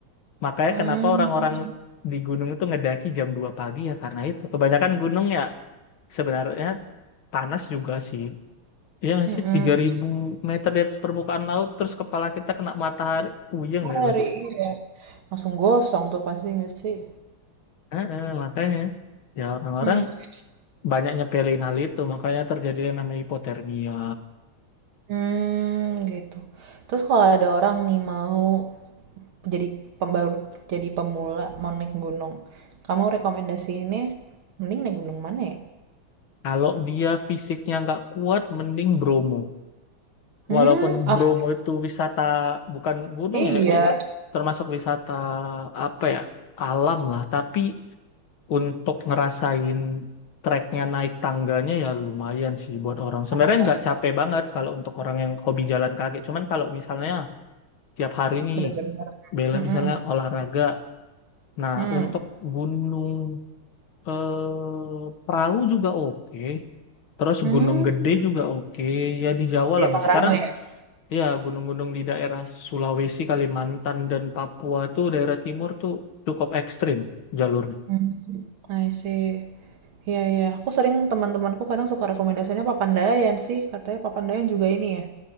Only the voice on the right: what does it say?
hmm
mhm.
Ngeri,
iya. Langsung gosong tuh pasti nggak sih?
hmm
hmm gitu. Terus kalau ada orang nih mau jadi pembaru jadi pemula mau naik gunung, kamu rekomendasi ini mending naik gunung mana ya?
hmm
ah,
iya,
oh,
bener bener.
Mhm,
mmm,
mmm,
di
Pangrango
ya?
Mmm, I see. Iya iya, aku sering teman-temanku kadang suka rekomendasinya Papandayan sih, katanya Papandayan juga ini ya,